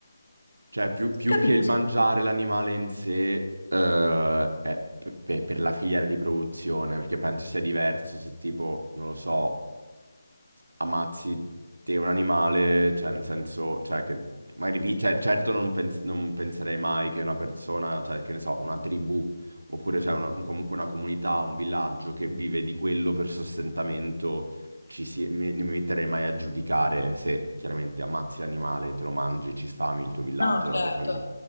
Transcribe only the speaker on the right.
Cioè, più, più
che il mangiare l'animale in sé, eh, è pe- pe- per la filiera di produzione, perché penso sia diverso se tipo, non lo so ammazzi te un animale, cioè nel senso, cioè che magari vi- cioè, certo non, pens- non penserei mai che una persona, cioè che ne so, una tribù oppure cioè, una- comunque una comunità, un villaggio che vive di quello per sostentamento, ci si- mi, non mi metterei mai a giudicare se chiaramente ammazzi l'animale, te lo mangi, ci sfami il tuo villaggio,
la tua famiglia.